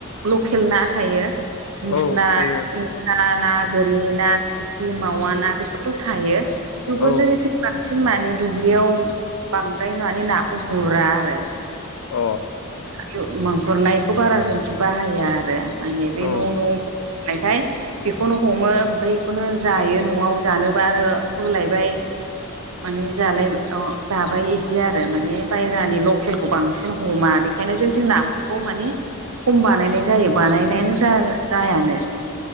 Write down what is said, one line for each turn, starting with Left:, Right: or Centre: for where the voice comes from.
Right: लकेल ना थायो।
Left: औ।
Right: ना
Left: थायो
Right: ना गोरि ना फिथिख्रि मावा ना बेफोरथ' थायो। थेवबो
Left: औ
Right: जोंङनि बांसिन माने दुब्लियाव बांद्राय माने नाखौ गुरा आरो।
Left: अ
Right: यो मा गुरनायखौ बारा जों थिं बाहाया आरो माने बे
Left: औ
Right: न' न' नायखाय बेखौनो हमो ओमफ्राय बेखौनो जायो न'आव जानोबा आरो बोलायबाय। माने जालाय ओ जाबाय इदि आरो माने बायरानि लकेलखौ बांसिन हमा बे ओंखायनो जोंथिं नाफामखौ माने खम बानायनाय जायो बानायनायानो जा-जायानो। <inaudible>